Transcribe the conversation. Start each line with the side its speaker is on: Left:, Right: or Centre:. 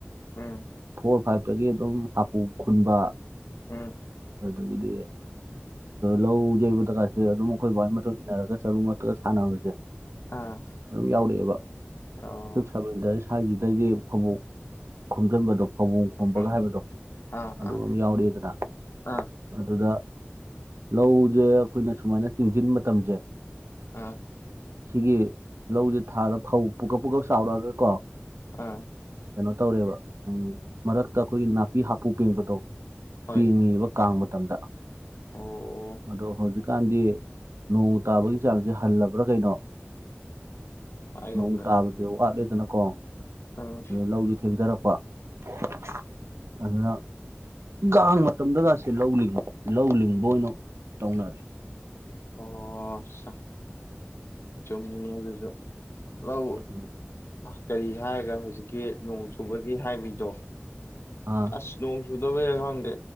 Left: ꯎꯝ
Right: ꯐꯣꯔ ꯐꯥꯏꯚꯇꯒꯤ ꯑꯗꯨꯝ ꯍꯥꯞꯄꯨ ꯈꯨꯟꯕ
Left: ꯎꯝ
Right: ꯑꯗꯒꯤꯗꯤ ꯂꯧ ꯌꯩꯕꯗꯀꯥꯁꯦ ꯑꯗꯨꯝ ꯑꯩꯈꯣꯏ ꯕꯥꯏ ꯃꯇꯨꯡ ꯏꯟꯅꯔꯒ ꯆꯔꯨ ꯃꯊꯛꯇ ꯁꯥꯟꯅꯕꯁꯦ
Left: ꯑꯥ
Right: ꯑꯗꯨꯝ ꯌꯥꯎꯔꯛꯑꯦꯕ
Left: ꯑꯣ
Right: ꯁꯤꯛꯁ ꯁꯕꯦꯟꯗ ꯁ꯭ꯋꯥꯏꯁꯤꯗꯗꯒꯤ ꯐꯧꯕꯣꯛ ꯈꯣꯝꯖꯟꯕꯗꯣ ꯐꯕꯣꯡ ꯈꯣꯝꯕꯒ
Left: ꯑꯥ
Right: ꯍꯥꯏꯕꯗꯣ
Left: ꯑꯥ
Right: ꯑꯗꯨ
Left: ꯑꯥ
Right: ꯑꯝ ꯌꯥꯎꯔꯛꯑꯦꯗꯅ
Left: ꯑꯥ
Right: ꯑꯗꯨꯗ ꯂꯧꯁꯦ ꯑꯩꯈꯣꯏꯅ ꯁꯨꯃꯥꯏꯅ ꯆꯤꯡꯖꯤꯟ ꯃꯇꯝꯁꯦ
Left: ꯑꯥ
Right: ꯁꯤꯒꯤ ꯂꯧꯁꯦ ꯊꯥꯔ ꯐꯧ ꯄꯨꯀꯛ ꯄꯨꯀꯛ ꯆꯥꯎꯔꯛꯑꯒ ꯀꯣ
Left: ꯑꯥ
Right: ꯀꯩꯅꯣ ꯇꯧꯔꯦꯕ ꯎꯝ ꯃꯔꯛꯇ ꯑꯩꯈꯣꯏꯒꯤ ꯅꯥꯄꯤ ꯍꯥꯄꯨ ꯄꯦꯡꯕꯗꯣ
Left: ꯍꯣꯏ
Right: ꯄꯦꯡꯉꯤꯕ ꯀꯥꯡ ꯃꯇꯝꯗ
Left: ꯑꯣ
Right: ꯑꯗꯣ ꯍꯧꯖꯤꯛꯀꯥꯟꯗꯤ ꯅꯣꯡ ꯇꯥꯕꯒꯤ ꯆꯥꯡꯁꯦ ꯍꯜꯂꯕ꯭ꯔ ꯀꯩꯅꯣ
Left: ꯍꯥꯏꯒꯨꯝꯗꯅ
Right: ꯅꯣꯡ ꯇꯥꯕꯁꯦ ꯋꯥꯠꯂꯦꯗꯅꯀꯣ
Left: ꯎꯝ
Right: ꯑꯗꯨ ꯂꯧꯁꯦ ꯊꯦꯡꯊꯔꯛꯄ <inaudible> ꯑꯗꯨꯅ ꯒꯥꯡ ꯃꯇꯝꯗꯒꯥꯁꯦ ꯂꯧ ꯂꯤꯡꯕ ꯂꯧ ꯂꯤꯡꯕ ꯑꯣꯏꯅ ꯇꯧꯅꯔꯦ
Left: ꯑꯣ ꯑꯠꯁꯥ ꯆꯨꯝꯃꯤꯅꯦ ꯑꯗꯨꯁꯨ ꯂꯧ
Right: ꯎꯝ
Left: ꯀꯔꯤ ꯍꯥꯏꯔꯒ ꯍꯧꯖꯤꯛꯀꯤ ꯅꯣꯡ ꯆꯨꯕꯒꯤ ꯍꯥꯏꯕꯩꯗꯣ
Right: ꯑꯥ
Left: ꯑꯁ ꯅꯣꯡ ꯆꯨꯗꯕ ꯆꯌꯤꯔꯣꯔ ꯈꯪꯗꯦ